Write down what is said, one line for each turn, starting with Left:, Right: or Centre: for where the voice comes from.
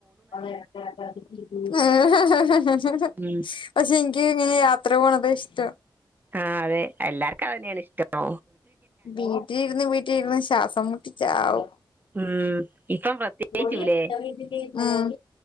Left: <unintelligible>
Right: ഉം
Left: പക്ഷെ ഇൻ ക്ക് ഇങ്ങനെ യാത്ര പോണത് ഇഷ്ടം
Right: ആ അതെ എല്ലാർക്കും അത് തന്നെയാണ് ഇഷ്ടോ
Left: വീട്ടിലിര്ന്ന് വീട്ടിലിര്ന്ന് ശ്വാസം മുട്ടിച്ചാവും
Right: ഉം ഇപ്പം പ്രത്യേ
Left: ഉം
Right: ച്ചൂലേ